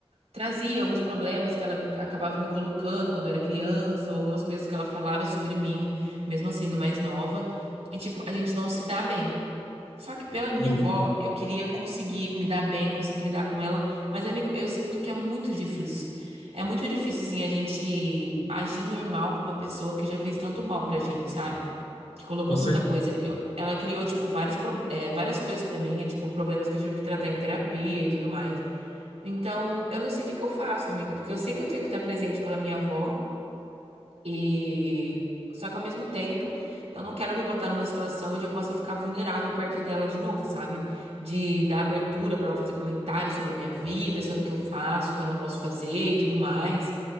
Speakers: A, on the right; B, on the left.
A: trazia, alguns problemas que ela me- acabava me colocando quando eu era criança, ou algumas coisas que ela falava sobre mim, mesmo eu sendo mais nova. E, tipo, a gente não se dá bem. Só que pela minha
B: hum,
A: avó, eu queria conseguir me dar bem, conseguir lidar com ela. Mas, amigo, eu sinto que é muito difícil. É muito difícil, assim, a gente agir normal com uma pessoa que já fez tanto mal pra gente, sabe? Que colocou
B: com
A: tanta
B: certeza.
A: coisa. Eu- ela criou, tipo, vários, pro- é, várias coisas pra mim, é, tipo, problemas que eu tive que tratar em terapia e tudo mais. Então, eu não sei o que que eu faço, amigo, porque eu sei que eu tenho que estar presente pela minha avó. E só que ao mesmo tempo, eu não quero me botar numa situação onde eu possa ficar vulnerável perto dela de novo, sabe? De dar abertura pra ela fazer comentários sobre a minha vida, sobre o que eu faço, o que eu não posso fazer e tudo mais.